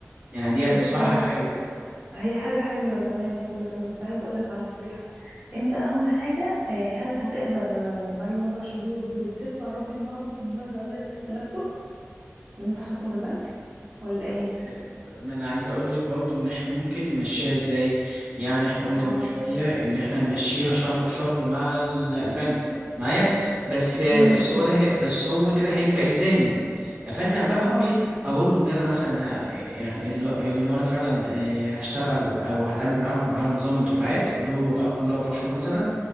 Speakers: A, on the right; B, on the right.
A: يعني ديت
B: بص
A: بصراحة
B: هقولك
A: حاجة حلوة
B: هي حاجه حلوه تمام وكله تمام بس عايزه اقولك على نصيحه انت اهم حاجه آه، هل هتقدر آه، بعد الاربع شهور دول تدفع ربع المغ- المبلغ اللي انت استلفته اللي انت خدته من البنك ولا ايه
A: آه، ما انا عايز اقول لك برضو ان احنا ممكن نمشيها ازاي يعني احنا قلنا
B: اه
A: من شوية ان احنا نمشيها شهر بشهر مع ال- البنك معايا بس بس
B: امم
A: هو ده هي- بس هو ده كده هيبقى الزامي فانا بقى
B: اه
A: ممكن اقول له ان انا مثلا ه... يعني اللي اللي هو انا فعلا آه، هشتغل او هتعامل معاكم على نظام الدفعات اللي هو بقى كل اربع شهور مثلا